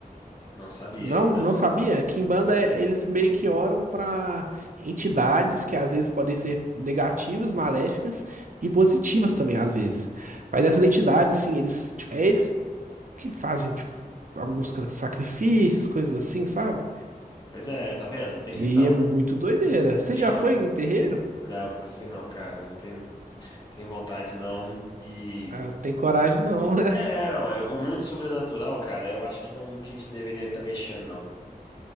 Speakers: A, on the left; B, on the right.
A: Não sabia,
B: Não,
A: então.
B: não sabia? Quimbanda,
A: Não.
B: é- eles meio que oram pra entidades que às vezes podem ser negativas, maléficas e positivas também, às vezes. Mas essas entidades, assim, eles, tipo, é eles que fazem, tipo, alguns sacrifícios, coisas assim, sabe?
A: Pois é, tá vendo? Tem-
B: E
A: Então,
B: aí é muito doideira. Você
A: eu.
B: já foi em terreiro?
A: Não, nunca fui, não, cara. Não tenho, tenho vontade, não. E.
B: Ah, eu tenho coragem, não.
A: É, mas o mundo sobrenatural, cara, eu acho que não é um mundo que a gente deveria estar mexendo, não.